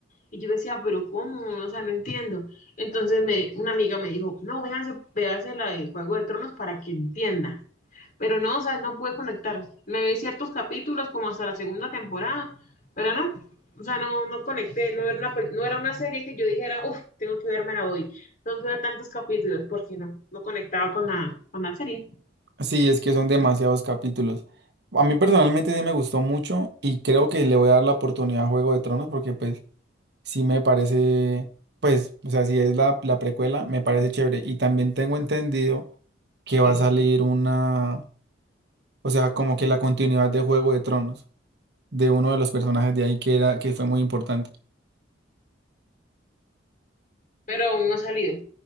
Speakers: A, on the left; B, on the right.
A: y yo decía, pero ¿cómo? O sea, no entiendo. Entonces me, una amiga me dijo, no, véase, véase la de Juego de Tronos para que entienda. Pero no, o sea, no pude conectar. Me vi ciertos capítulos como hasta la segunda temporada, pero no, o sea, no, no conecté, no era una, pel- no era una serie que yo dijera, uff, tengo que vermela hoy, tengo que ver tantos capítulos, porque no, no conectaba con la, con la serie,
B: Sí, es que son demasiados capítulos. A mí personalmente sí me gustó mucho y creo que le voy a dar la oportunidad a Juego de Tronos porque pues sí me parece, pues, o sea, si es la, la precuela, me parece chévere. Y también tengo entendido que va
A: sí.
B: a salir una... O sea, como que la continuidad de Juego de Tronos, de uno de los personajes de ahí que era, que fue muy importante.
A: Pero aún no ha salido.